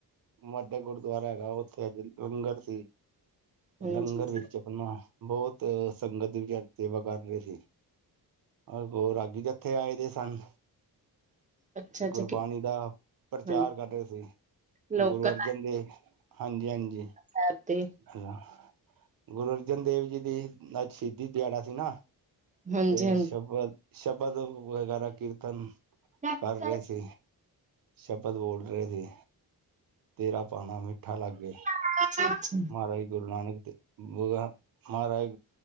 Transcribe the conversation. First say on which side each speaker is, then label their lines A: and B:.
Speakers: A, on the right; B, on the right.
A: ਮਾਤਾ ਗੁਰਦੁਆਰਾ ਹੈਗਾ ਓਥੇ ਅੱਜ ਲੰਗਰ ਸੀ ਤੇ
B: ਹਾਂਜੀ
A: ਲੰਗਰ
B: ਜੀ
A: ਵਿੱਚ ਓ ਨਾ ਬਹੁਤ ਸੰਗਤ ਦੀ ਵਿਚਾਰੇ ਤੇਵਾ ਕਰ ਰਿਆ ਸੀ। ਅ ਬੋ ਰਾਗੀ ਜੱ ਥੇ ਆਏ ਦੇ ਸਨ,
B: ਅੱਛਾ ਅੱਛਾ
A: ਗੁਰਬਾਣੀ ਬਾਰਾ ਪ੍ਰਚਾਰ
B: ਹਾਂਜੀ
A: ਕਰ ਰੇ ਸੀ,
B: ਲੋਕਲ
A: ਗੁਰੂ ਅਰਜਨ ਦੇਵ ਹਾਂਜੀ-ਹਾਂਜੀ।
B: ਐ ਤੇ
A: ਹ ਗੁਰੂ ਅਰਜਨ ਦੇਵ ਜੀ ਦੀ ਅੱਜ ਸ਼ੀਦੀ ਦਿਆੜਾ ਸੀ ਨਾ।
B: ਹਾਂਜੀ
A: ਏਰੇ
B: ਹਾਂਜੀ
A: 'ਚ ਸ਼ਬਦ, ਸ਼ਬਦ ਵਗੈਰਾ ਕੀਰਤਨ
B: ਅੱਛਾ
A: ਕਰ ਰੇ ਸੀ। ਸ਼ਬਦ ਬੋਲ ਰੇ ਸੀ, ਤੇਰਾ ਭਾਣਾ ਮਿੱਠਾ ਲਾਗੇ।
B: <unintelligible>
A: ਮਾਹਰਾਜ ਗੁਰੂ ਨਾਨਕ ਦੇ ਵ ਦਾ ਮਾਹਰਾਜ